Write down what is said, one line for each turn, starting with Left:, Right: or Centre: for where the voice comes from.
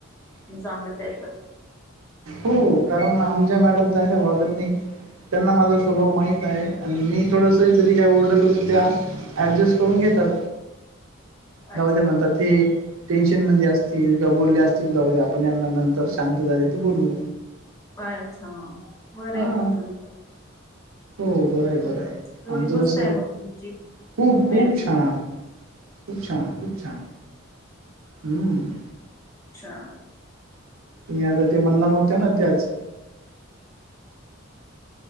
Right: ह
Left: मी सांगत आहे तर
Right: हो कारण आमच्या मॅडम तश्या वागत नाही त्यांना माझा स्वभाव माहित आहे. आणि मी थोडंसं जरी काय ओरडलो त त्या ऍडजस्ट करून घेतात. जाऊ
Left: अच्छा
Right: द्या म्हणतात ते टेन्शन मंधी असतील किंवा बोलले असतील जाऊ द्या. आपण यांना नंतर शांत झाले तर बोलू
Left: <unintelligible> बरं
Right: हा
Left: आहे मग तुमचं
Right: हो बरं आहे बरं आहे
Left: जोडी
Right: आमचं
Left: मस्त
Right: तस
Left: आहे मग तुमची
Right: खूप
Left: मेड
Right: खूप
Left: फुल
Right: छान खूप छान खूप छान हम
Left: अच्छा
Right: तुम्ही आता ते म्हणणार होत्या ना त्याच